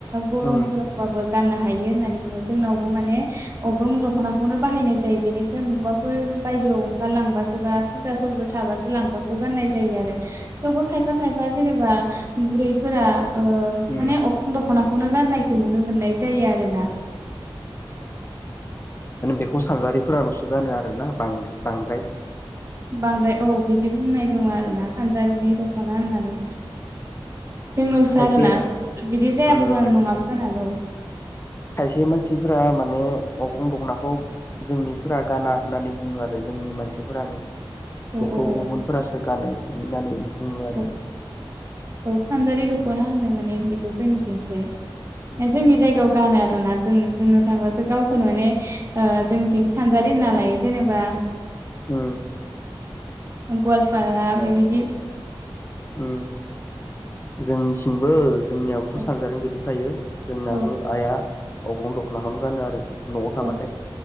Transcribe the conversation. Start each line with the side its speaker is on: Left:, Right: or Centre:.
Right: गरमफोरबाबो
Left: उम
Right: गाननो हायो होननानै बुङो। जोंनावबो माने अग्रं दख'नाखौनो बाहायनाय जायो बेनिफ्राय मबाफोर बायजोआव ओंखार लांबासो बा फुजा फोरबो थाबासो लांगाखौ गाननाय जायो आरो। थेवबो खायफा
Left: उम
Right: खायफा जेनेबा बुरै फोरा ओ
Left: उम
Right: माने अग्रन दख'ना बेखौनो गाननायखौ नुनो मोननाय जायो आरोना
Left: उओम माने बेखौ सानजारिफोराल'सो गानो आरो ना बां बांद्राय
Right: बांद्राय औ बिदि बुंनाय दङ आरो ना फानजारिनि दख'ना होननानै जोंनावसो
Left: खायसे
Right: आरोना बिदि जायाबो
Left: उम
Right: ज नङाबो जानो हागौ
Left: खायसे मानसिफोरा माने अगं दखनाखौ जोंनिफोरा गाना होननानै बुङो आरो जोंनि मानसिफोरानो
Right: औ
Left: बेखौ
Right: औ औ
Left: गुबुनफोरासो गानो बिदि होननानै बुङो आरो
Right: औ औ सानजारि दख'ना होनो माने बेखौ जोंनिथिं जाय।
Left: उम
Right: ए जोंनि जायगायाव गानो आरो आरोना जों बुंनो थांबासो गावखौनो माने जोंथिं सानजारि होनना लायो जेनेबा
Left: उ
Right: गवलफाय बिदि
Left: उ जोंनिसिंबो जोंनियाबोथ'
Right: औ
Left: सानजारिनो गोलैखायो जोंनाबो
Right: औ
Left: आइआ अबेावं दख'नाखौनो गानो आरो न'आव थाबाथाय
Right: औ